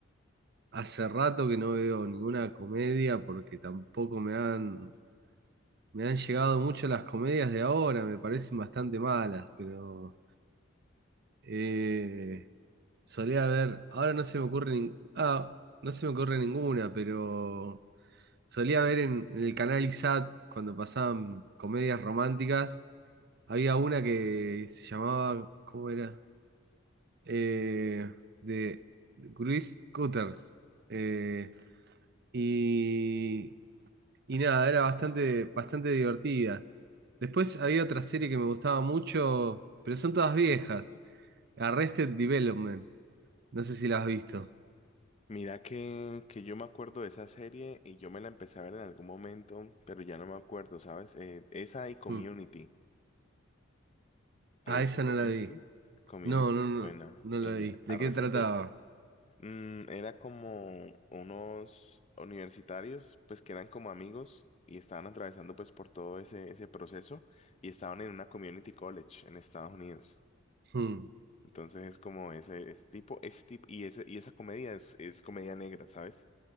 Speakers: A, on the right; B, on the left.
A: hace rato que no veo ninguna comedia porque tampoco me han, me han llegado mucho las comedias de ahora, me parecen bastante malas, pero... eh, Solía ver, ahora no se me ocurre nin- ah, no se me ocurre ninguna, pero solía ver en, en el canal ISAT cuando pasaban comedias románticas, había una que se llamaba, ¿cómo era? Eh, de Chris Cutters. Eh, y, y nada, era bastante, bastante divertida. Después había otra serie que me gustaba mucho, pero son todas viejas. Arrested Development. No sé si la has visto.
B: Mira que, que yo me acuerdo de esa serie y yo me la empecé a ver en algún momento, pero ya no me acuerdo, ¿sabes? Eh, esa y Community.
A: Mm.
B: ¿Te
A: Ah,
B: viste
A: esa
B: Community?
A: no la vi.
B: Community
A: No, no,
B: es
A: no,
B: buena.
A: no la
B: Y
A: vi. ¿De
B: a veces
A: qué trataba?
B: de, mm, era como unos universitarios, pues que eran como amigos y estaban atravesando pues por todo ese, ese proceso y estaban en una community college en Estados Unidos.
A: Mm.
B: Entonces es como ese, ese tipo, ese tipo, y, ese, y esa comedia es, es comedia negra, ¿sabes?